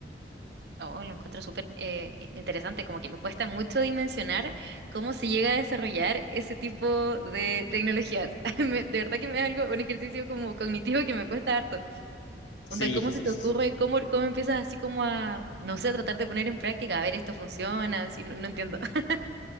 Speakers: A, on the right; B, on the left.
A: Oh, lo encuentro súper eh, interesante, como que me cuesta mucho dimensionar cómo se llega a desarrollar ese tipo de tecnologías. <laughs> Me- De verdad que me es algo, un ejercicio como cognitivo que me cuesta harto.
B: Sí,
A: Onda, ¿cómo
B: sí,
A: se te
B: sí,
A: ocurre?
B: sí.
A: ¿Cómo, cómo empiezas así como a, no sé, a tratar de poner en práctica? A ver, esto funciona, así, no, no entiendo. <laughs>